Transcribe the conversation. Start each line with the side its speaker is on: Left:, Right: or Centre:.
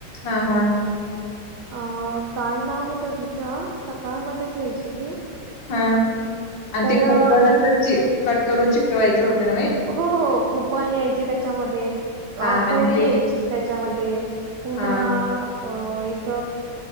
Left: हा हा
Right: अं, काय नाव होतं तिचं, सकाळ मध्येच यायची ती,
Left: हां, आणि
Right: तर
Left: ते कूपन
Right: अ
Left: असं ची कट करून चिकवायचं होतं. नव्हे?
Right: हो, हो, कुपन यायचे त्याच्यामध्ये
Left: हा
Right: अ कोडी
Left: आणि ते
Right: यायची त्याच्यामध्ये. पुन्हा
Left: हां.
Right: अ एक